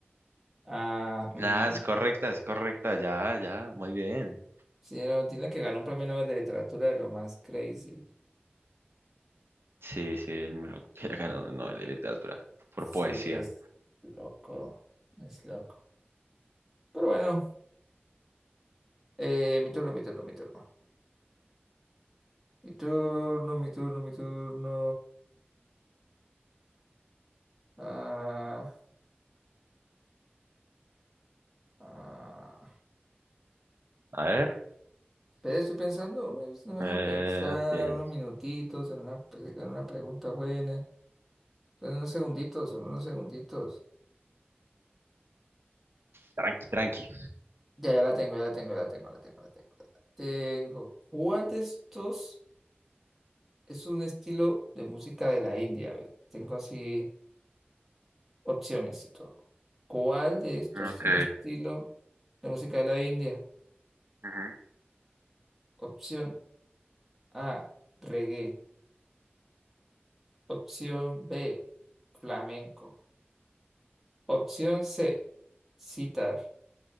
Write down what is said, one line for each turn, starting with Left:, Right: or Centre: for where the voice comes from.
Centre: Ah, mm,
Right: Nada, es correcta, es correcta, ya, ya, muy bien.
Centre: sí, era Bob Dylan que ganó un premio Nobel de Literatura de lo más crazy.
Right: Sí, sí, es muy loco que haya ganado un Nobel <laughs> de Literatura por poesía.
Centre: Sí, es loco. Es loco. Pero bueno, eh, mi turno, mi turno, mi turno. Mi turno, mi turno, mi turno. Ah, ah.
Right: A ver,
Centre: pero estoy pensando. No me, no me
Right: eh,
Centre: deja pensar
Right: bien,
Centre: unos minutitos en una, en una pregunta buena. Son unos segunditos, son unos segunditos.
Right: tranqui, tranqui.
Centre: Ya, ya la tengo, ya la tengo, ya la tengo, la tengo, la tengo, la tengo. ¿Cuál de estos es un estilo de música de la India? A ver, tengo así opciones y todo. ¿Cuál de estos
Right: Ok.
Centre: es un estilo de música de la India?
Right: ujú.
Centre: Opción A, reggae. Opción B, flamenco. Opción C, sitar